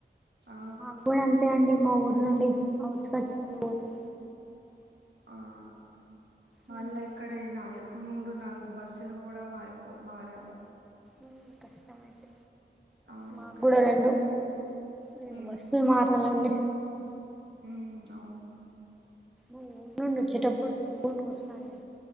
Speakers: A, on the right; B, in the centre.
A: ఆ
B: మాకు కూడా అంతే అండి. మా ఊరు నుండి ఔట్స్కట్స్ నుండి పోతే.
A: ఆహ్ మల్
B: ఉమ్,
A: ఇక్కడే నాలుగు. మూడు నాలుగు బస్సులు కూడా మారిపో మారాలి.
B: ఉమ్ కష్టమైతే.
A: అవును
B: మాకు
A: కష్టం
B: కూడా రెండు రెండు
A: ఉమ్
B: బస్సులు మారాలండి.
A: ఉమ్ అవును.
B: ఊరు నుండి వచ్చేటప్పుడు సుకున్ గా వస్తానండి